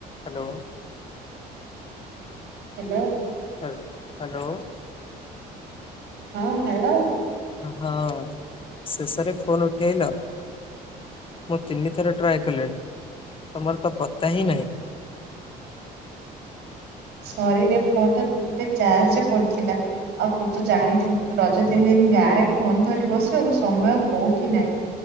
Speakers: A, on the left; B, on the right.
A: Hello!
B: Hello!
A: Hello!
B: ହଁ hello.
A: ହଁ ଶେଷରେ ଫୋନ୍ ଉଠେଇଲ? ମୁଁ ତିନିଥର ଟ୍ରାଏ କଲିଣି ତମର ତ ପତ୍ତା ହିଁ ନାହିଁ।
B: ସରି ରେ ଫୋନ୍ ଟା ରୁମ୍ ରେ ଚାର୍ଜ ରେ ପଡିଥିଲା। ଆଉ ତୁ ତ ଜାଣିଚୁ ରଜ ତିନ୍ ଦିନ୍ ଗାଁରେ ଫୋନ୍ ଧରି ବସିବାକୁ ସମୟ କଉଠି ନାହିଁ।